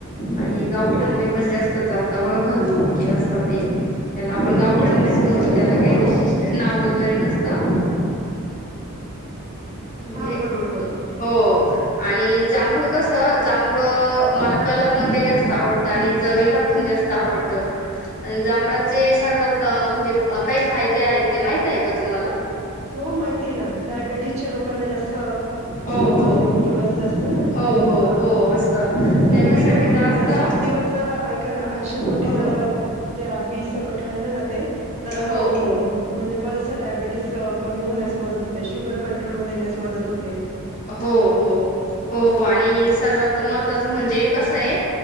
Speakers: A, on the left (about 35°); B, on the right (about 30°).
A: आणि गावठी
B: हो,
A: आंबे
B: हो,
A: पण जास्त चालता बघा घरगुती जे असता ते. त्याला आपण
B: हो,
A: गावठी
B: हो,
A: आंबेच
B: हो,
A: म्हणतो
B: बरोबर,
A: त्याला काही
B: बरोबर.
A: विशिष्ट नाव व गैरे नसतं, म्हणजे
B: हां, बरोबर, बरोबर.
A: हो आणि जांभूळ कसं, जांभूळ अ मला कलर मध्ये जास्त आवडतं आणि चवीला पण जा स्त आवडतं, अन जांभळाचे सर्वात म्हणजे काही फायदे आहेत ते माहित आहे का तुम्हाला?
B: हो माहिती ना, डायबिटी च्या लोकांना जास्त
A: हो हो
B: ते उपयोगाच असतं ना
A: हो हो
B: हा
A: हो असतं
B: सकाळी
A: त्यांच्यासाठी
B: म्हणे,
A: तर असतं
B: सात दिवस जर ऐका ना आंशी पोटी
A: हो
B: जर त्या बी कट खाल्लं ना, ते तर
A: हो
B: अ
A: हो
B: बरेच डायबेटीस कमी होण्यास मदत होते. शुगर कंट्रोल मध्ये येण्यास मदत होतें.
A: हो हो हो आणि सर्वात महत्त्वाचं म्हणजे, कसं आहे.